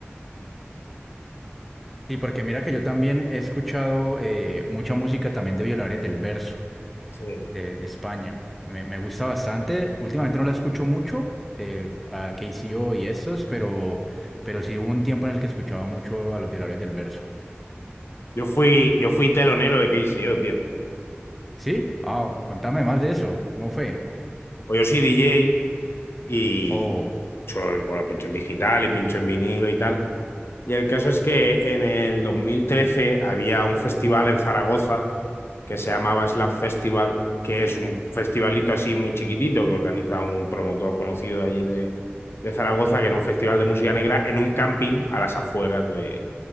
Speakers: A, in the centre; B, on the left.
A: Sí, porque mira que yo también he escuchado eh, mucha música también de Violares del Verso,
B: Sí.
A: de, de España. Me, me gusta bastante. Últimamente no la escucho mucho, eh, a KCO y estos, pero, pero sí hubo un tiempo en el que escuchaba mucho a los Violares del Verso.
B: Yo fui, yo fui telonero de KCO, tío.
A: ¿Sí? Ah, contame más de eso. ¿Cómo fue?
B: Pues yo soy DJ y
A: Oh,
B: pincho en- bueno, pincho en digital y pincho en vinilo y tal. Y el caso es que en el 2013 había un festival en Zaragoza que se llamaba Slap Festival, que es un festivalito así muy chiquitito que organiza un promotor conocido de allí de, de Zaragoza, que era un festival de música negra en un camping a las afueras de,